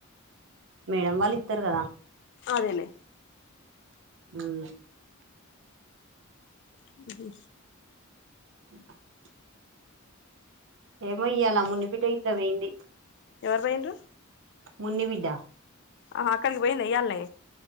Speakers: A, on the right; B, on the left.
A: మేడం వాళ్ళు ఇత్తారు కదా
B: అదేలె
A: హ్మ్
B: హ్మ్ హు
A: <inaudible> ఏమో ఇయ్యాల మున్ని బిడ్డ ఇట్ల పోయింది
B: ఎవరు పోయిండ్రు
A: మున్ని బిడ్డ
B: అహా అక్కడికిపోయింద ఈయల్నే